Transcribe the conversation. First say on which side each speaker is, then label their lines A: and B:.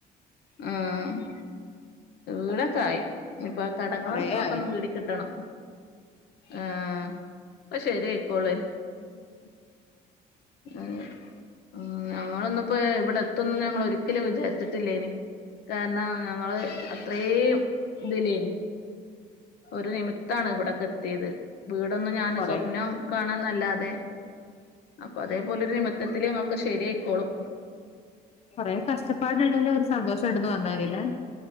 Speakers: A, on the left; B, on the left.
A: മ്ഹ് വീടൊക്ക ആയി ഇപ്പൊകടങ്ങളും
B: കൊറേ
A: ഒക്കൊന്ന്
B: ആയി
A: വീടികിട്ടണം ആഹ് ഇപ്പ ശെരിയിക്കോളെ
B: <inaudible>
A: എഹ് ഞങ്ങളിന്നിപ്പ ഇവിടെത്തൂന്നൊന്ന് ഞങ്ങളൊരിക്കിലും വിചാരിച്ചിട്ടില്ലേയ്നി കാരണം ഞങ്ങള് അത്രേം ഇതിലേയ്നി ഒരു നിമിത്താണ് ഇവിടെക്കെത്തിയത് വീടൊന്നും ഞാന്
B: കൊറേ
A: സ്വപ്നം കാണാന്നല്ലാതെ അപ്പൊ അതേപോലെരു നിമിത്തത്തില് ഒക്കെ ശരിയയിക്കോളും
B: കൊറെ കഷ്ടപ്പാട് ന്ടേൽ ഒരു സന്തോഷം ഉണ്ടന്ന് പറഞ്ഞാ മതില്ലേ.